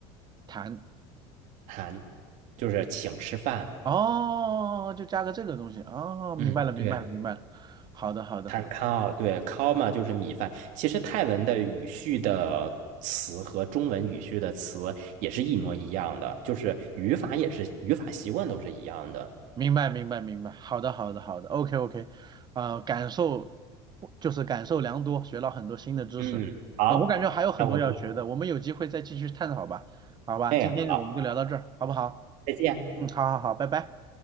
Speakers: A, on the right; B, on the right.
A: 谈
B: 谈，就是请吃饭，
A: 哦，就加个这个东西哦，明白了，
B: 嗯，
A: 明白了，
B: 对。
A: 明白了，好的，好的，
B: 碳烤，
A: 好的。
B: 对，烤嘛就是米饭。其实泰文的语序的词和中文语序的词也是一模一样的，就是语法也是语法习惯都是一样的。
A: 明白，明白，明白。好的，好的，好的。OK，OK。啊，感受就是感受良多，学到很多新的知识。
B: 嗯，好，
A: 嗯、我感觉还有很多要学的，
B: 那我们，
A: 我们有机会再继续探讨吧。好吧，
B: 哎，
A: 今天我们就聊到这儿，
B: 好，
A: 好不好？
B: 再见。
A: 嗯，好好好，拜拜。